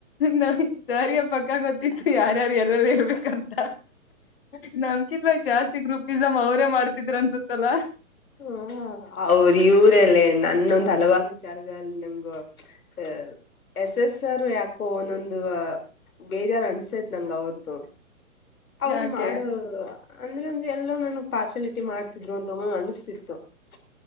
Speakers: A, on the left; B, on the left.
A: ನಾವ ಸರ್ ಗೆ ಪಕ್ಕಾ ಗೊತ್ತಿಲಾ ಯಾರ್ಯಾರು ಎಲ್ಲೆಲ್ಲ ಇರ್ಬೇಕಂತ
B: ಹ್ಮ
A: ನಮ್ಕಿದ್ವಾಗ ಜಾಸ್ತಿ ಗ್ರೂಪಿಸಮ್ ಅವರೇ ಮಾಡ್ತಿದ್ರ ಅನ್ಸತ್ತಲ್ಲ.
B: ಹ ಅವ್ರ ಇವರಲ್ಲ ನನ್ನೊಂದ್ ಹಲವಾರು ವಿಚಾರಗಳಲ್ಲಿ ನಮ್ಗು ಅ ಎಸ್ ಎಸ್ ಸರ್ ಯಾಕೋ ಒಂದೊಂದು ಬೇಜಾರ ಅನ್ಸೈತ್ ನಂಗ ಅವ್ರದುು ಅವ್ರು
A: ಯಾಕೆ
B: ಮಾಡವರು ಅಂದ್ರೆ ಒಂದ ಎಲ್ಲ ನನ್ಗ್ ಪಾರ್ಷಲಿಟಿ ಮಾಡ್ತಿದ್ರು ಅಂತ ಒಮ್ಮೊಮ್ಮೆ ಅನ್ಸುತ್ತ <unintelligible>